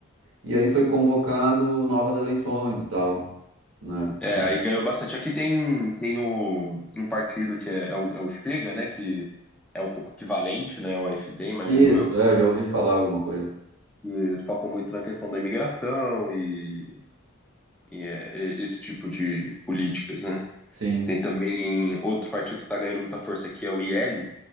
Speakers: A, on the right; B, in the centre.
A: E aí foi convocado novas eleições e tal, né?
B: É,
A: Mas-
B: aí ganhou bastante. Aqui tem, tem o, um partido que é, é o, é o Chega, né? Que é um pouco equivalente, né? Ao AFD, imagino
A: Isso,
B: eu.
A: é, eu já ouvi falar alguma coisa.
B: E eles focam muito na questão da imigração e, e, é, e- esse tipo de políticas, né?
A: Sim.
B: Tem também outro partido que tá ganhando muita força aqui, é o IL,